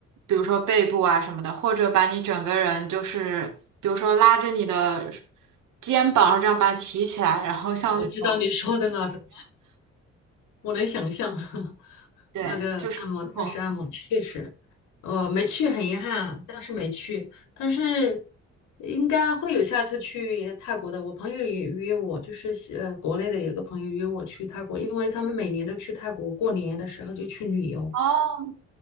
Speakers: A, on the right; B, on the left.
A: 比如说背部啊什么的，或者把你整个人就是比如说拉着你的肩膀，这样把它提起来，然后像那种。
B: 我知道你说的那种，我能想象 <laughs>
A: 对，
B: 那个按摩泰式按摩，
A: 就是不同。
B: 确实，我没去，很遗憾，当是没去，但是应该会有下次去泰国的。我朋友也约我，就是呃，国内的有个朋友约我去泰国，因为他们每年都去泰国，过年的时候就去旅游，
A: 哦，